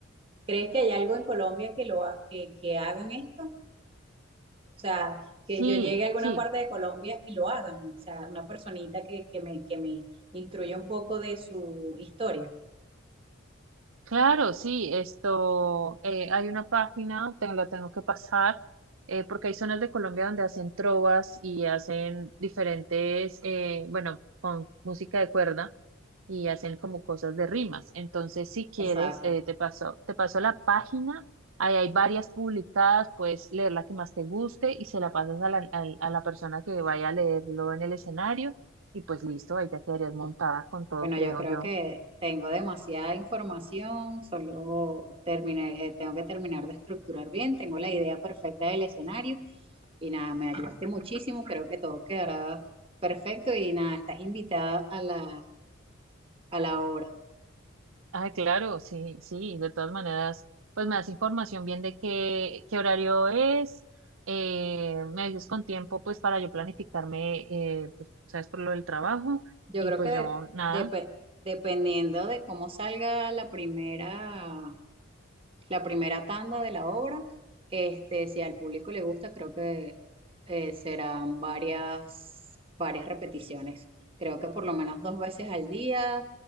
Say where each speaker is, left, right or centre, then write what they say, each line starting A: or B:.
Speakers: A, on the right; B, on the right.
A: ¿Crees que hay algo en Colombia que lo ha- que, que hagan esto? O sea, que
B: Sí,
A: yo llegue a alguna
B: sí,
A: parte de Colombia y lo hagan. O sea, una personita que, que me, que me instruya un poco de su historia.
B: claro, sí. Esto, eh, hay una página, te la tengo que pasar, eh, porque hay zonas de Colombia donde hacen trovas y hacen diferentes, eh, bueno, con música de cuerda. y hacen como cosas de rimas. Entonces, si quieres,
A: Exacto.
B: eh, te paso, te paso la página, ahí hay varias publicadas, puedes leer la que más te guste y se la pasas a la, al- a la persona que vaya a leerlo en el escenario y pues listo, ahí ya quedarías montada con todo,
A: Bueno,
B: creo
A: yo creo
B: yo.
A: que tengo demasiada información, solo terminé, eh, tengo que terminar de estructurar bien, tengo la idea perfecta del escenario y nada, me ayudaste muchísimo, creo que todo quedará perfecto y nada, estás invitada a la, a la obra.
B: Ah, claro, sí, sí, de todas maneras, pues me das información bien de qué, qué horario es. eh, me avisas con tiempo pues para yo planificarme eh, pues, sabes por lo del trabajo
A: Yo
B: y
A: creo
B: pues
A: que de-
B: yo nada
A: depe- dependiendo de cómo salga la primera, la primera tanda de la obra, este, si al público le gusta, creo que eh, serán varias, varias repeticiones. Creo que por lo menos dos veces al día,